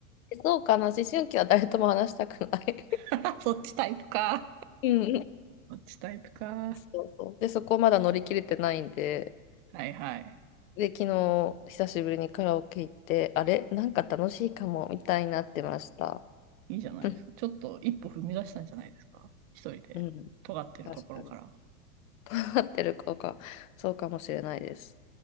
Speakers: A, on the left (about 75°); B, on the right (about 40°).
A: そうかな、思春期は誰とも話したくない。
B: <laughs> そっちタイプか。
A: うんうん。
B: そっちタイプか。
A: そうそう。で、そこまだ乗り切れてないんで、
B: はいはい。
A: で、昨日、久しぶりにカラオケ行って、あれなんか楽しいかも、みたいになってました。
B: いいじゃないですか。
A: <laughs>
B: ちょっと一歩踏み出したんじゃないですか。一人で尖ってるところから。
A: うん、確かに。合ってるかかそうかもしれないです。